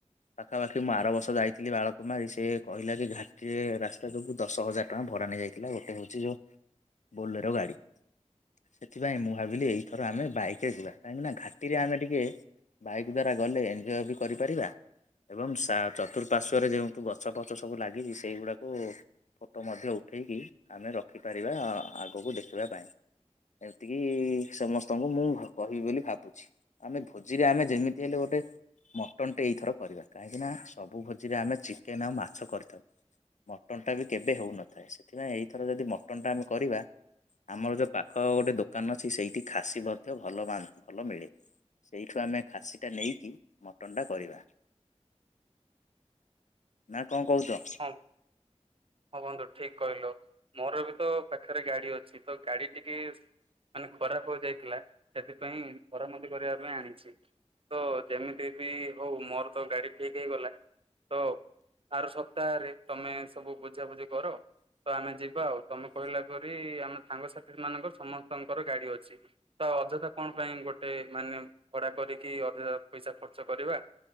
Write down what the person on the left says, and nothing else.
ପାଖାପାଖି ମୁଁ ଆର ବର୍ଷ ଯାଇଥିଲି ବାଳ କୁମାରି ସେ କହିଲା ଯେ ଘାଟିରେ ରାସ୍ତା ଯୋଗୁ ଦଶ ହଜାର ଟଙ୍କା ଭଡା ନେଇଯାଇଥିଲା ଗୋଟେ ହଉଛି ଯୋଉ। ବୋଲେର ଗାଡ଼ି। ସେଥିପାଇଁ ମୁଁ ଭାବିଲି ଏଇଥର ଆମେ ବାଇକରେ ଯିବା କାହିଁକିନା ଘାଟିରେ ଆମେ ଟିକେ। ବାଇକ୍ ଦ୍ବାରା ଗଲେ ଏଞଜିଓ ବି କରିପାରିବା। ଏବଂ ଚତୁର୍ପାର୍ଶ୍ଵରେ ଯେଉଁତୁ ଗଛ ଫଛ ସବୁ ଲାଗିଛି ସେଇଗୁଡ଼ାକୁ ଫୋଟୋ ମଧ୍ୟ ଉଠାଇକି ଆମେ ରଖିପାରିବା ଆଗକୁ ଦେଖିବା ପାଇଁ ଏମିତିକି ସମସ୍ତଙ୍କୁ ମୁଁ କହିବି ବୋଲି ଭାବୁଛି। ଆମେ ଭୋଜିରେ ଆମେ ଯେମିତି ହେଲେ ଗୋଟେ। ମଟନଟେ ଏଇଥର କରିବା କାହିଁକିନା ସବୁ ଭୋଜିରେ ଆମେ ଚିକେନ ଆଉ ମାଛ କରିଥାଉ। ମଟନଟା ବି କେବେ ହେଉନଥାଏ ସେଥିପାଇଁ ଏଇଥର ଯଦି ମଟନଟା ଆମେ କରିବା। ଆମର ଯୋଉ ପାଖ ଗୋଟେ ଦୋକାନ ଅଛି ସେଇଠି ଖାସି ମଧ୍ୟ ଭଲ ଭଲ ମିଳେ। ସେଇଠୁ ଆମେ ଖାସିଟା ନେଇକି ମଟନଟା କରିବା। ନା କଣ କହୁଛ।